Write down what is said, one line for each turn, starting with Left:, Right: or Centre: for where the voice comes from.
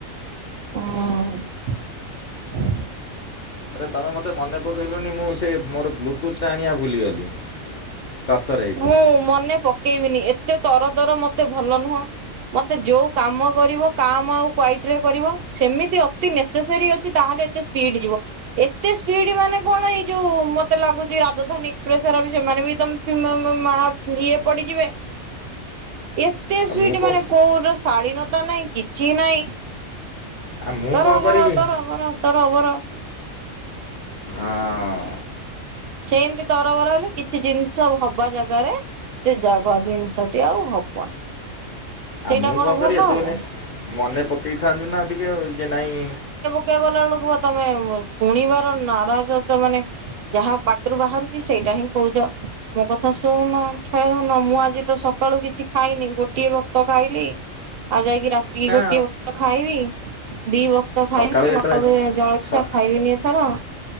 Right: ହୁଁ
Left: ଆରେ ତମେ ମୋତେ ମନେ ପକେଇଲୁନି ମୁଁ ସେ ମୋର ବ୍ଲୁଟୁଥ୍ ଟା ଆଣିବା ଭୁଲିଗଲି। ତରତର ହେଇକି
Right: ମୁଁ ମନେ ପକେଇବିନି ଏତେ ତର ତର ମୋତେ ଭଲ ନୁହଁ। ମୋତେ ଯୋଉ କାମ କରିବ କାମ୍ ଆଉ କ୍ୱାଇଟରେ କରିବ ସେମିତି ଅତି ନେସେସେରୀ ଅଛି ତାହେଲେ ଏତେ ସ୍ପିଡ ଯିବ। ଏତେ ସ୍ପିଡ ମାନେ କଣ ଏଇ ଯୋଉ ମୋତେ ଲାଗୁଚି ରାଜଧାନୀ <unintelligible> ବି ସେମାନେ ବି ତମ ମା-ମା-ମା ଇଏ ପଡିଯିବେ। ଇଏ ଏତେ ସ୍ପିଡ୍
Left: ଆଉ ମୁଁ କ'ଣ
Right: ମାନେ କୋଉର ଶାଳୀନତା ନାହିଁ କିଛି ନାହିଁ।
Left: ଆଉ ମୁଁ
Right: ତର
Left: କ'ଣ
Right: ବର
Left: କରିବି
Right: ତର ବର ତର ବର।
Left: ଆଁ
Right: ସେମତି ତରବର ହେଲେ କିଛି ଜିନିଷ ହବା ଜାଗାରେ ସେ ଜାଗ ଜିନିଷଟି ଆଉ ହବନି। ସେଇଟା
Left: ଆଉ ମୁଁ କଣ କରିବି
Right: ଭଲ
Left: ଏତୁଏନେ
Right: ହବ?
Left: ମନେ ପକେଇଥାନ୍ତୁ ନାଁ ଆଉ ଟିକେ ଆଉ ଏତେ ନାଇଁ।
Right: ଏତେଗଲା ବେଳକୁ ତମେ ଶୁଣିବାର ନାରାଜ ଅଛ ମାନେ ଯାହା ପାଟିରୁ ବାହାରୁଚି ସେଇଟା ହିଁ କହୁଚ। ମୋ କଥା ଶୁଣୁନ <unintelligible> ମୁଁ ଆଜି ତ ସକାଳୁ କିଛି ଖାଇନି ଗୋଟିଏ ବ ତ ଖାଇଲି ଆଉ ଯାଇକି ରାତିକି
Left: ହଁ
Right: ଗୋଟିଏ ବକ୍ତ ଖାଇବି ଦି ବକ୍ତ ତ ଖାଇ
Left: ସକାଳୁ
Right: <inaudible> ତାପରେ
Left: ଯେତେବେଳେ
Right: ଜଳଖିଆ
Left: ସ
Right: ଖାଇବିନି ଏଥର।